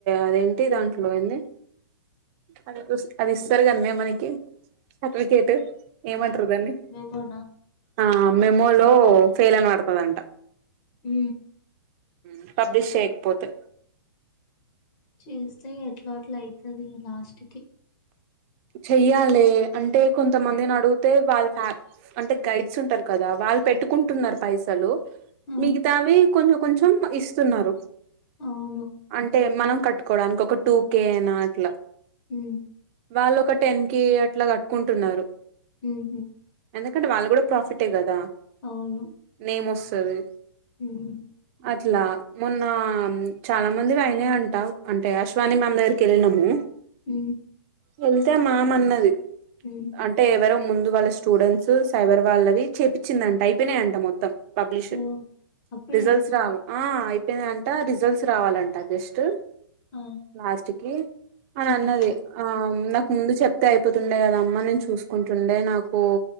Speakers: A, on the right (about 35°); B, on the left (about 30°).
A: అదేంటి దాంట్లో ఏందీ అది ఉస్ అది ఇస్తారు కన్నే మనకి సర్టిఫికేట్ ఏమంటారు దాన్ని
B: మేము నా
A: ఆ మేమూ లో ఫెయిల్ అని పడతదంట
B: ఊ
A: ఉ పబ్లిష్ చేయకపోతే
B: చేస్తే ఎట్లో అట్ల అయితది లాస్ట్ కి
A: చెయ్యాలే అంటే కొంతమందిని అడిగుతే వాళ్ళ ఫ్యా అంటే గైడ్స్ ఉంటరు కదా వాళ్ళు పెట్టుకుంటున్నారు పైసలు
B: ఆ!
A: మిగతావి కొంచెం కొంచెం ఇస్తున్నారు
B: అవును
A: అంటే మనం కట్టుకోవడానికి ఒక టూ కే నా అట్ల
B: ఊ
A: వాళ్ళోక టెన్ కే అట్ల కట్టుకుంటున్నారు.
B: ఉహు
A: ఎందుకంటే వాళ్ళు కూడ ప్రాఫిటే కదా
B: అవును.
A: నేమ్ వస్తది.
B: హ్మ్.
A: అట్లా మొన్న ఆ చాల మందివి అయినయి అంట, అంటే అశ్వాని మ్యామ్ దగ్గరికి ఎళ్ళినము.
B: ఊ
A: వెళ్తే మ్యామ్ అన్నది.
B: ఉ
A: అంటే ఎవరో ముందు వాళ్ళ స్టూడెంట్స్ సైబర్ వాళ్ళవి చేపించిందంట అయిపోయినాయంట మొత్తం. పబ్లిష్
B: ఓహ్! అప్పుడే.
A: రిజల్ట్స్ రావ ఆ అయిపోయిందంట రిజల్ట్స్ రావాలంట జస్ట్.
B: ఆ!
A: లాస్ట్ కి అని
B: హ్మ్.
A: అన్నది. ఆ నాకు ముందు చెప్ తే అయిపోతుండే కదమ్మా, నేను చూసుకుంటుండే నాకు